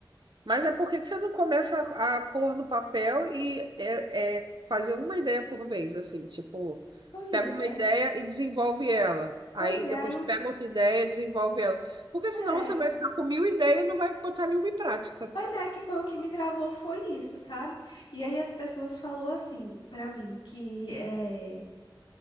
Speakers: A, on the right; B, on the left.
A: Mas é por que que você não começa a, a pôr no papel e é, é, fazer uma ideia por vez, assim, tipo,
B: Pois
A: pega uma
B: é,
A: ideia e desenvolve ela. Aí
B: pois é,
A: depois
B: aí eu,
A: pega outra ideia e desenvolve ela. Porque senão
B: é,
A: você vai ficar com mil ideias e não vai botar nenhuma em prática.
B: pois é que foi o que me travou foi isso, sabe? E aí as pessoas falou assim pra mim que é